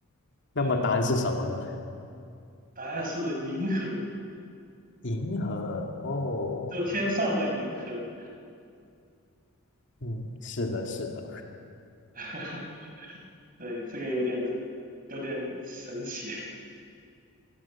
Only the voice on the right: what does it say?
嗯，
答案是银河，
就天上的银河。
<laughs> 对，这个有点有点神奇。